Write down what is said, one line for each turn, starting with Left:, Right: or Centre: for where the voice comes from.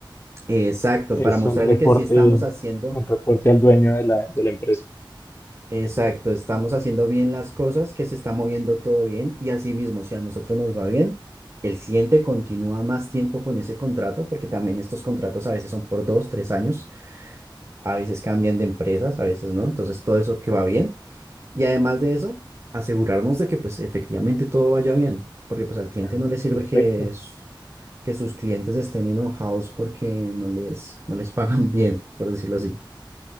Right: Exacto,
Left: Es
Right: para mostrarle
Left: un reporte,
Right: que sí estamos haciendo,
Left: un reporte al dueño de la, de la empresa.
Right: exacto, estamos haciendo bien las cosas, que se está moviendo todo bien y así mismo, si a nosotros nos va bien, el cliente continúa más tiempo con ese contrato, porque también estos contratos a veces son por dos, tres años, a veces cambian de empresas, a veces no, entonces todo eso que va bien y además de eso, asegurarnos de que pues efectivamente todo vaya bien, porque pues al cliente
Left: Ah,
Right: no le sirve
Left: perfecto.
Right: que, s- que sus clientes estén enojados porque no les, no les pagan <laughs> bien, por decirlo así.